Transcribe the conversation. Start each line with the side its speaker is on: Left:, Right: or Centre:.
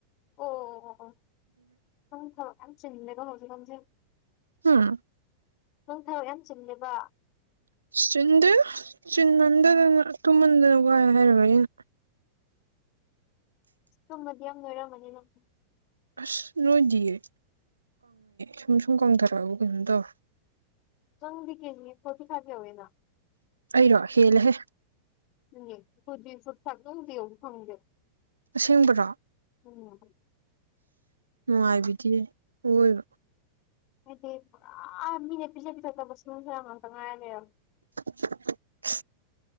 Left: ꯑꯣ ꯑꯣ ꯑꯣ ꯑꯣꯪ ꯊꯕ ꯌꯥꯝ ꯆꯤꯟꯗꯦꯀꯣ ꯍꯧꯖꯤꯛ ꯈꯪꯁꯦ
Right: ꯍꯥꯝ
Left: ꯅꯅꯨꯡ ꯊꯕꯛ ꯌꯥꯝ ꯆꯤꯂꯦꯕ
Right: ꯆꯤꯟꯗꯦ ꯆꯤꯟꯃꯟꯗꯗꯅ ꯇꯨꯝꯃꯟꯗꯅ ꯋꯥꯏ ꯍꯥꯏꯔꯕꯅꯤꯅ
Left: ꯇꯨꯝꯃꯗꯤ ꯌꯥꯝ ꯅꯣꯏꯔꯝꯝꯕꯅꯤ ꯅꯪ
Right: ꯑꯁ ꯅꯣꯏꯗꯤꯉꯦ ꯁꯨꯝ ꯁꯨꯝ ꯀꯪꯊꯔꯛꯑꯕ ꯀꯩꯅꯣꯝ ꯇꯧꯔꯦ꯫
Left: ꯆꯪꯗꯒꯤ ꯀꯦꯒꯤ ꯐꯣꯔꯇꯤ ꯐꯤꯞ ꯌꯧꯔꯦꯅ
Right: ꯑꯩꯔꯣ ꯍꯦꯜꯂꯍꯦ
Left: <unintelligible>
Right: ꯑꯁꯦꯡꯕꯗꯣ ꯑꯁ
Left: ꯎꯝ
Right: ꯅꯨꯡꯉꯥꯏꯕꯤꯗꯤ ꯑꯣꯏꯣꯏꯕ
Left: ꯍꯥꯏꯗꯤ ꯄꯨꯔꯥ ꯃꯤꯅꯦ ꯄꯤꯖ ꯄꯤꯊꯛꯇꯕ ꯁꯔꯨ ꯁꯔꯟ ꯉꯥꯛꯇ ꯉꯥꯏꯔ ꯂꯩꯔꯣ
Right: <unintelligible>